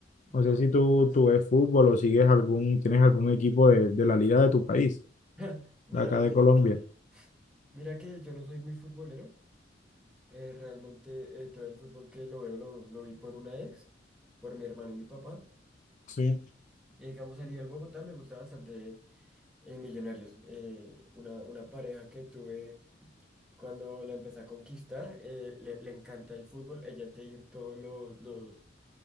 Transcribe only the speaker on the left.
No sé si tú, tú ves fútbol o sigues algún, tienes algún equipo de, de la liga de tu país,
de acá
de Colombia.
Sí.